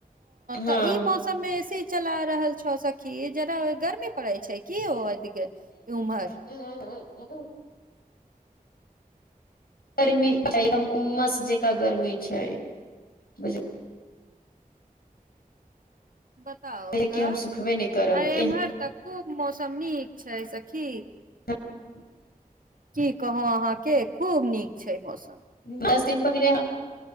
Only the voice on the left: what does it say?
हँ
ह <unintelligible> गर्मी एकदम उमस जका गर्मी छै। बुझ
कि हम सुखबे नहि करब
एह
ह्म <inaudible>
दस दिन पहिरे